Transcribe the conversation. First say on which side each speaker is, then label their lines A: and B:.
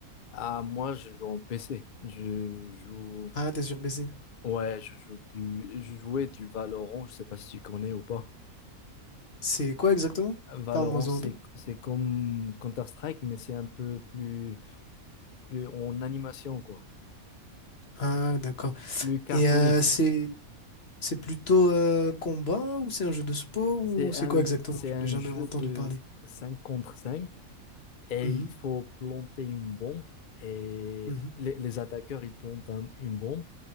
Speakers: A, on the left; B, on the left.
A: Ah, moi, je joue en PC. Je joue.
B: Ah, t'es sur PC.
A: Ouais, je joue du. Je jouais du Valorant. Je sais pas si tu connais ou pas.
B: C'est quoi exactement?
A: Valorant,
B: Parle-moi-en
A: c'est
B: un peu.
A: c'est comme Counter-Strike, mais c'est un peu plus plus en animation quoi,
B: Ah, d'accord.
A: plus cartonique.
B: Et euh, c'est c'est plutôt euh, combat ou c'est un jeu de sport
A: C'est
B: ou c'est
A: un
B: quoi exactement?
A: c'est
B: J'en
A: un
B: ai jamais
A: jeu
B: entendu
A: de
B: parler.
A: 5 contre 5 et
B: Mhm,
A: il faut planter une bombe et
B: mhm,
A: les, les attaqueurs ils plantent un- une bombe,